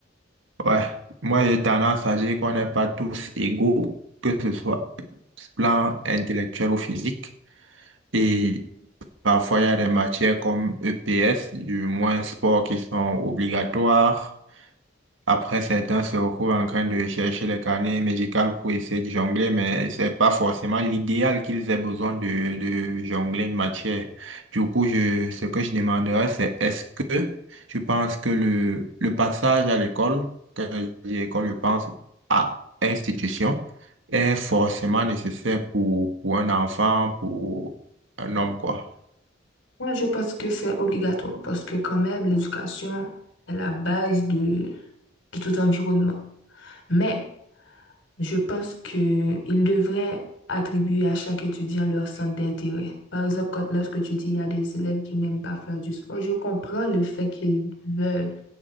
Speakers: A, on the right (about 80°); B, on the left (about 75°).
A: Ouais, moi j'ai tendance à dire qu'on n'est pas tous égaux, que ce soit plan intellectuel ou physique. Et parfois, il y a des matières comme EPS, du moins sport, qui sont obligatoires. Après, certains se retrouvent en train de chercher les carnets médicaux pour essayer de jongler, mais c'est pas forcément l'idéal qu'ils aient besoin de, de jongler une matière. Du coup, je, ce que je demanderais, c'est est-ce que je pense que le, le passage à l'école, quand je dis école, je pense à institution, est forcément nécessaire pour, pour un enfant, pour un homme, quoi.
B: Moi, je pense que c'est obligatoire parce que quand même, l'éducation est la base de, de tout environnement. Mais je pense que il devrait attribuer à chaque étudiant leur centre d'intérêt. Par exemple, quand, lorsque tu dis il y a des élèves qui n'aiment pas faire du sport, je comprends le fait qu'ils veulent